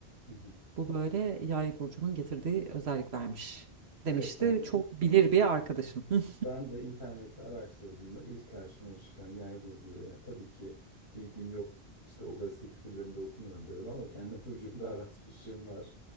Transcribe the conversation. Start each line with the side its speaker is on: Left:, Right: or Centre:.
Left: hı hı.
Right: Bu böyle yay burcunun getirdiği özelliklermiş
Left: Evet
Right: demişti.
Left: yani
Right: Çok bilir bir arkadaşım. <laughs>
Left: ben de internette araştırdığımda ilk karşıma çıkan yay burcuydu. Yani tabii ki ilgim yok işte o gazete küpürlerinde okumuyorum dedim ama kendi <laughs> burcumda aratmışım var.